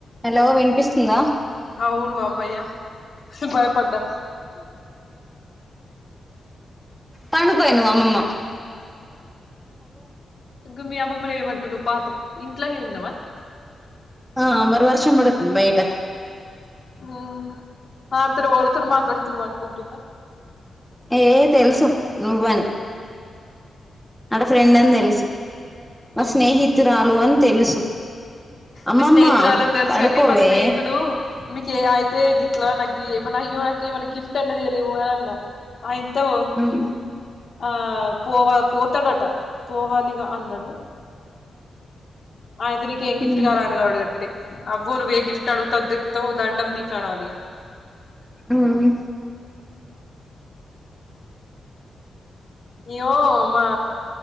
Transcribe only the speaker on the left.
అవును అమ్మయ్య భయపడ్డా
ఇంక మీ అమ్మమ్మని ఏమంటున్నావ్ పాపం ఇంట్లోనే ఉన్నావా
ఉమ్ అళ్లతో ఎవళ్ళతోని మాట్లాడుతున్నావు అనుకుంటుందా
ఉహు
మీ స్నేహితురాలని తెలుసుకని
మా స్నేహితుడు మీకు ఏ అయితే గిట్లా నక్ మన అయ్యో నాకు ఏమన్నా గిఫ్ట్ అన్న తెలేవు అని అన్నా ఆయింతవో
ఆ పోవ పోతాడట పోవాలిగా అన్నాడు ఆఇంత నీకు ఏం గిఫ్ట్
కావలే అను గట్టి అబ్బో నువ్ ఏ గిఫ్ట్ అడుగుతె అదితెత్తవ్ దండం నికు అనలే ఇగ
ఇగో మా